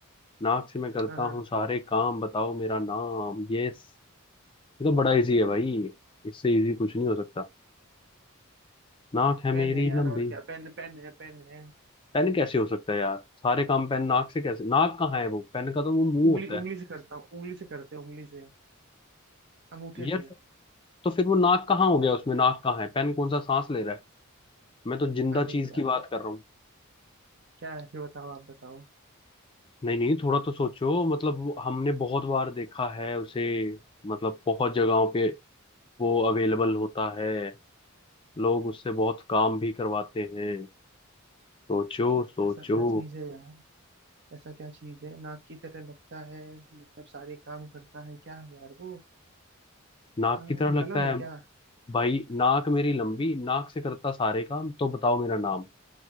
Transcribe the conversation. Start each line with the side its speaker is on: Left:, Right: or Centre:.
Left: नाक से मैं करता
Right: हाँ हाँ
Left: हूँ सारे काम बताओ मेरा नाम यस ये तो बड़ा इजी है भाई इससे इजी कुछ नहीं हो सकता नाक है
Right: पेन
Left: मेरी
Right: है यार
Left: लंबी
Right: और क्या पेन पेन है पेन है
Left: पेन कैसे हो सकता है यार सारे काम पेन नाक से कैसे नाक कहाँ है वो पेन का तो वो मुंह
Right: उंगली
Left: होता
Right: उंगली
Left: है
Right: से करता हूँ उंगली से करते हैं उंगली से अंगूठे
Left: यार
Right: से
Left: तो फिर वो नाक कहाँ हो गया उसमें नाक कहाँ है पेन कौन सा सांस ले रहा है मैं तो जिंदा
Right: अरे
Left: चीज
Right: यार
Left: की बात कर रहा हूँ
Right: क्या है फिर बताओ आप बताओ
Left: नहीं नहीं थोड़ा तो सोचो मतलब वो- हमने बहुत बार देखा है उसे मतलब बहुत जगहों पे वो अवेलेबल होता है लोग उससे बहुत काम भी करवाते हैं सोचो सोचो
Right: ऐसा क्या चीज है यार ऐसा क्या चीज है नाक की तरह लगता है मतलब सारे काम करता है क्या है यार वो
Left: नाक
Right: आ,
Left: की तरह लगता
Right: कलम है
Left: है
Right: क्या
Left: भाई नाक मेरी लंबी नाक से करता सारे काम तो बताओ मेरा नाम